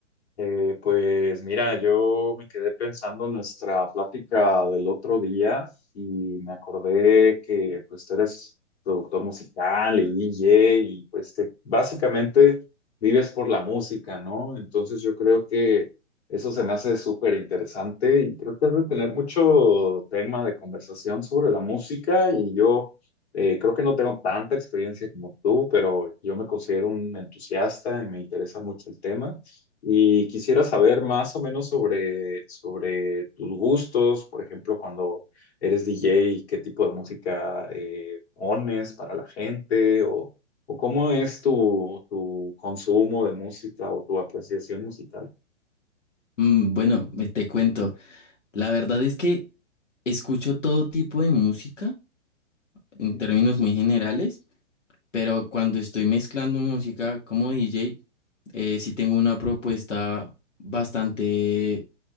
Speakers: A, on the left; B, on the left.
A: Eh, pues mira, yo me quedé pensando en nuestra plática del otro día y me acordé que pues tú eres productor musical y DJ y pues que básicamente vives por la música, ¿no? Entonces yo creo que eso se me hace súper interesante y creo que has de tener mucho tema de conversación sobre la música y yo eh, creo que no tengo tanta experiencia como tú, pero yo me considero un entusiasta y me interesa mucho el tema. Y quisiera saber más o menos sobre, sobre tus gustos, por ejemplo, cuando eres DJ, qué tipo de música eh, pones para la gente o, o cómo es tu, tu consumo de música o tu apreciación musical.
B: Mm, bueno, me- te cuento. La verdad es que escucho todo tipo de música
A: Ujú.
B: en términos muy generales, pero cuando estoy mezclando música como DJ, eh, sí tengo una propuesta bastante